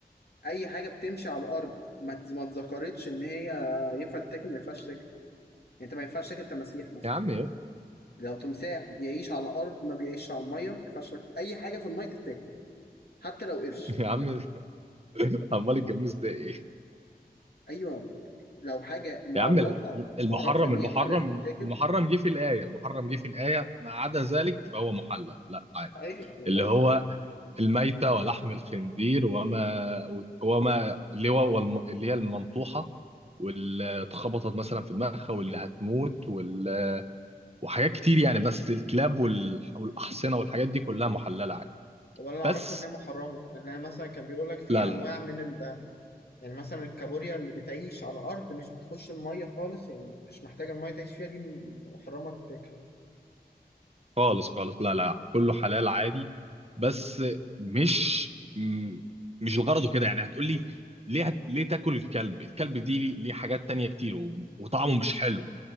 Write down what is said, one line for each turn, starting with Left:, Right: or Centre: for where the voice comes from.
Left: اي حاجة بتمشي على الارض ما ت- ما اتذكرتش ان هي ينفع تتاكل ما ينفعش تاكل يعني انت ما ينفعش تاكل تماسيح مثلا
Right: يا عم يا
Left: لو تمساح بيعيش على الارض ما بيعيش على الميه ما ينفعش تاكل اي حاجه في الميه تتاكل حتى لو قرش
Right: يا عم
Left: فاهم؟
Right: <laughs> عمال الجاموس ده ايه
Left: ايوه لو حاجه معرفه
Right: يا عم ال- المحرم
Left: معرفه ان
Right: المحرم
Left: هي حلال تتاكل
Right: المحرم جه في الآية المحرم جه في الآية ما عدا ذلك فهو محلل لا عادي
Left: ايوه بقول
Right: اللي هو
Left: لك
Right: الميتة ولحم الخنزير وما وما اللي هو والم- اللي هي المنطوحة واللي اتخبطت مثلا في دماغها واللي هتموت وال وحاجات كتير يعني بس الكلاب وال- والأحصنة والحاجات دي كلها محللة عادي
Left: ولا انا اعرفه
Right: بس
Left: ان هي محرمه ان انا مثلا كان بيقول لك في
Right: لا لا
Left: انواع
Right: لا
Left: من ال... يعني مثلا الكابوريا اللي بتعيش على الارض مش بتخش الميه خالص يعني مش محتاجه الميه تعيش فيها دي محرمه تتاكل
Right: خالص خالص لا لا كله حلال عادي بس مش م- مش الغرض كده يعني هتقول لي ليه ليه تاكل الكلب الكلب دي ليه ليه حاجات تانية كتير و- وطعمه مش حلو